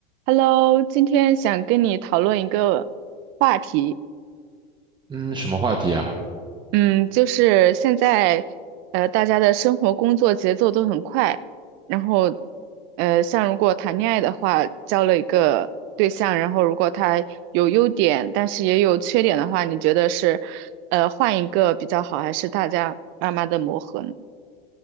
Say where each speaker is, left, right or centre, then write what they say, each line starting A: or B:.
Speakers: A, on the right (about 40°); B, on the right (about 15°).
A: Hello，今天想跟你讨论一个话题，
B: 嗯，什么话题啊？
A: 嗯，就是现在，呃，大家的生活工作节奏都很快，然后，呃，像如果谈恋爱的话，交了一个对象，然后如果他有优点，但是也有缺点的话，你觉得是，呃，换一个比较好，还是大家慢慢的磨合呢？